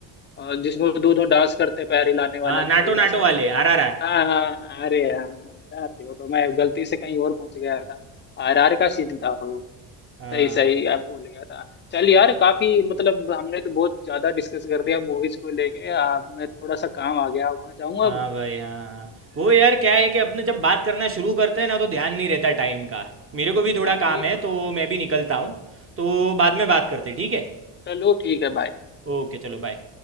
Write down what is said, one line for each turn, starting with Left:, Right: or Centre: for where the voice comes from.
Left: अ, जिसमें वो दोनों डांस करते पैर हिलाने वाला
Right: हाँ नाटो
Left: तगड़ा
Right: नाटो
Left: सा
Right: वाले आर आर आर
Left: हाँ हाँ, अरे यार आर थी वो तो मैं गलती से कहीं और पहुंच गया था आर आर का सीन था वो
Right: हाँ
Left: सही सही अब भूल गया था चल यार काफी मतलब हमने तो बहुत ज्यादा डिस्कस कर दिया मूवीज को लेके आ, मैं थोड़ा सा काम आ गया वहां जाऊंगा
Right: हाँ
Left: अब
Right: भाई हाँ हाँ वो यार क्या है कि अपने जब बात करना शुरू करते हैं ना तो ध्यान नहीं रहता टाइम का मेरे को भी थोड़ा
Left: हाँ
Right: काम
Left: ये
Right: है
Left: तो
Right: तो
Left: है
Right: मैं भी निकलता हूँ तो बाद में बात करते हैं, ठीक है
Left: चलो ठीक है भाई
Right: ओके चलो बाय